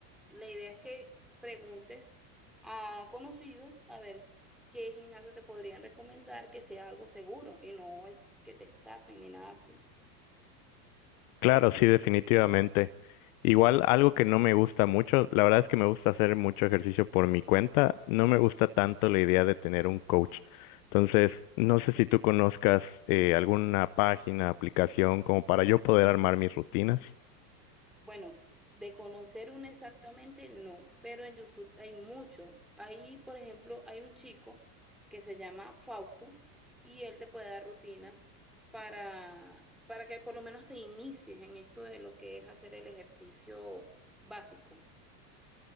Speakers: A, in the centre; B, on the left.
A: la idea es que preguntes a conocidos a ver qué gimnasio te podrían recomendar que sea algo seguro y no es que te estafen ni nada así.
B: Claro, sí, definitivamente. Igual algo que no me gusta mucho, la verdad es que me gusta hacer mucho ejercicio por mi cuenta, no me gusta tanto la idea de tener un coach. Entonces, no sé si tú conozcas eh, alguna página, aplicación como para yo poder armar mis rutinas.
A: Bueno, de conocer uno exactamente, no, pero en YouTube hay mucho. Ahí, por ejemplo, hay un chico que se llama Fausto y él te puede dar rutinas para, para que por lo menos te inicies en esto de lo que es hacer el ejercicio básico.